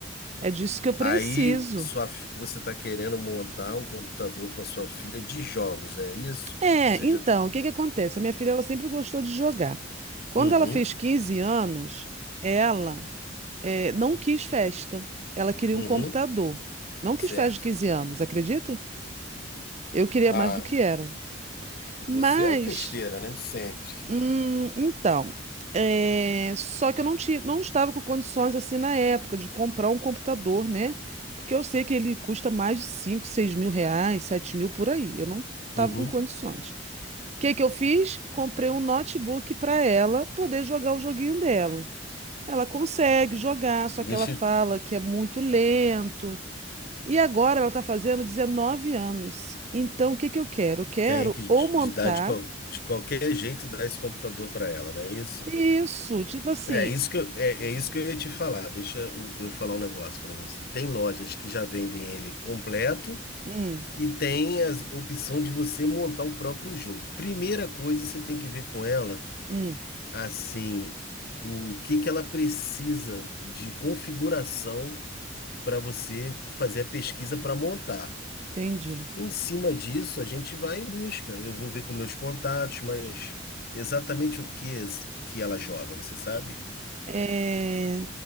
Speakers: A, on the right; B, on the left.
A: É disso que eu preciso.
B: Aí sua, fi- você está querendo montar um computador para sua filha de jogos, é isso?
A: É,
B: Seja.
A: então, o que que acontece? A minha filha, ela sempre gostou de jogar. Quando
B: Uhum,
A: ela fez 15 anos, ela é, não quis festa. Ela queria
B: uhum,
A: um computador. Não quis
B: certo.
A: festa de 15 anos, acredita? Eu queria
B: Ah,
A: mais do que era.
B: você
A: Mas,
B: é a festeira, né? Sempre.
A: hum, então, é, só que eu não tinha, não estava com condições assim na época de comprar um computador, né? Porque eu sei que ele custa mais de 5, 6 mil reais, 7 mil por aí. Eu não estava
B: Uhum.
A: com condições. O que que eu fiz? Comprei um notebook para ela poder jogar o joguinho dela. Ela consegue jogar, só
B: Deixa,
A: que ela fala
B: eu-
A: que é muito lento. E agora ela está fazendo 19 anos. Então, o que que eu quero? Eu quero
B: tem que
A: ou
B: de,
A: montar
B: de dar de, qual- de qualquer jeito dar esse computador para ela, não é isso?
A: isso, tipo assim.
B: É isso que eu, é, é isso que eu ia te falar. Deixa eu, eu falar um negócio para você. Tem lojas que já vendem ele completo.
A: Hum,
B: E tem a opção de você montar o próprio jogo. Primeira coisa, você tem que ver com ela,
A: hum,
B: assim, o que que ela precisa de configuração para você fazer a pesquisa para montar.
A: entendi.
B: Em cima disso, a gente vai em busca. Eu vou ver com meus contatos, mas exatamente o que que ela joga, você sabe?
A: É,